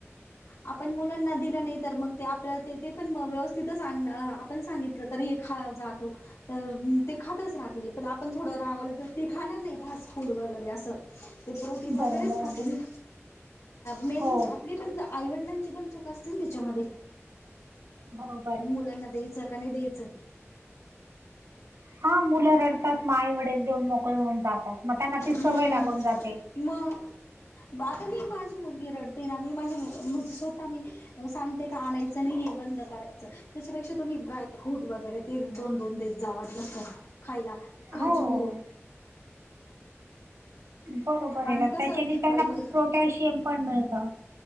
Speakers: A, on the left (about 80°); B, on the right (about 80°).
A: आपण मुलांना दिलं नाही तर मग ते आपल्या ते पण व्यवस्थितच आण आपण सांगित तरी हे खा जातो. तर ते खातच राहतील पण आपण थोडं रागावलं तर ते खाणार नाही फास्ट फूड वगैरे असं ते प्रोटीन वगैरेच
B: बरोबर
A: खातील
B: आहे
A: मेन
B: हो
A: म्हणजे आपली पण आईवडिलांची पण चुक असतीना त्याच्यामध्ये
B: बरोबर
A: मुलांना द्यायचं का नाही द्यायचं
B: हा मुलं रडतात मग आई वडील देऊन मोकळ होऊन जातात मग त्यांना ती सवय
A: हम्म
B: लागून जाते.
A: मग आता मी माझी मुलगी रडते ना मी माझी म्हणजे स्वतः मी सांगते का आणायचं नाही हे बंद करा त्याच्यापेक्षा तुम्ही ड्रायफ्रूट वगैरे ते दोन दोन देत जा वाटलंच तर खायला खजूर
B: हो बरोबर आहे
A: आणि
B: ना
A: कसं
B: त्याच्याने त्यांना प्रोटॅशियम पण मिळतं.